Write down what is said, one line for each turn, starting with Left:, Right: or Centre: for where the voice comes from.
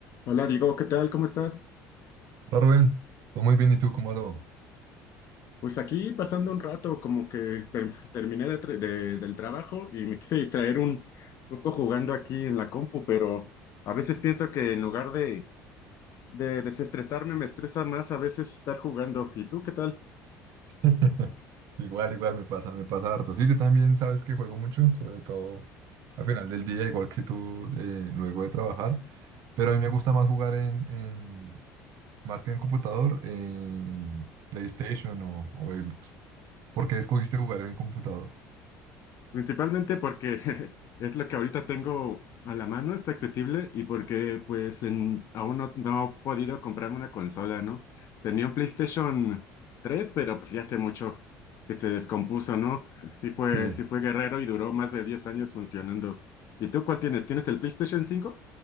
Left: Hola Diego, ¿qué tal? ¿Cómo estás?
Right: Hola Rubén, todo muy bien, ¿y tú cómo va todo?
Left: Pues aquí pasando un rato, como que ter- terminé de tra- de- del trabajo y me quise distraer un poco jugando aquí en la compu, pero a veces pienso que en lugar de, de desestresarme, me estresa más a veces estar jugando. ¿Y tú qué tal?
Right: <laughs> Igual, igual me pasa, me pasa harto. Sí, yo también sabes que juego mucho, sobre todo al final del día, igual que tú eh, luego de trabajar, pero a mí me gusta más jugar en, en- más que en computador, en PlayStation o, o Xbox. ¿Por qué escogiste jugar en computador?
Left: Principalmente porque <laughs> es lo que ahorita tengo a la mano, está accesible y porque pues en- aún no, no he podido comprarme una consola, ¿no? Tenía un PlayStation tres, pero pues ya hace mucho que se descompuso, ¿no? Sí fue,
Right: Sí.
Left: sí fue guerrero y duró más de 10 años funcionando. ¿Y tú cuál tienes? ¿Tienes el PlayStation cinco?